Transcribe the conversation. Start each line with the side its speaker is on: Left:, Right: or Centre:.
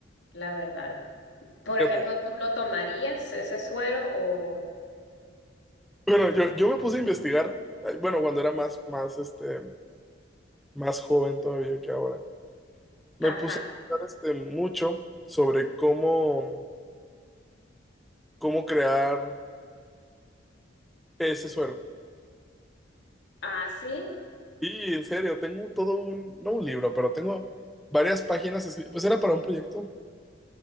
Left: la verdad. Por
Centre: fíjate.
Left: ejemplo, ¿tú lo tomarías ese suero o,
Centre: Bueno, yo, yo me puse a investigar, eh, bueno, cuando era más, más, este, más joven todavía que ahora, me
Left: ajá,
Centre: puse a pensar este, mucho sobre cómo, cómo crear ese suero.
Left: así?
Centre: Y en serio, tengo todo un, no un libro, pero tengo varias páginas, escri- pues era para un proyecto